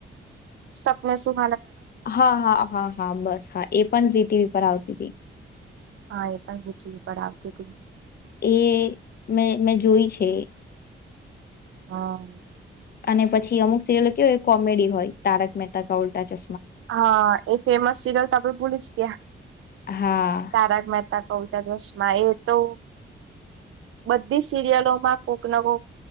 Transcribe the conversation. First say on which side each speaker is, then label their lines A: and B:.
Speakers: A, on the right; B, on the left.
A: શકમે સુખ
B: હા હા હા હા બસ હા એ પણ સીટીવી ઉપર આવ તી તી.
A: હા એ પણ જી ટી વી પર આવતી તી.
B: એ મે મેં જોય છે એ.
A: હા.
B: અને પછી અમુક સિરિલો કેવી કોમેડી હોય તારક મહેતા કા ઉલ્ટા ચશ્
A: હા એ ફેમસ સિરિયલ તો આપ ભૂલી જ ગયા
B: હા
A: તારક મહેતા કા ઉલ્ ટા ચશ્મા એ તો બધી સિરિયલોમાં કોક ને કોક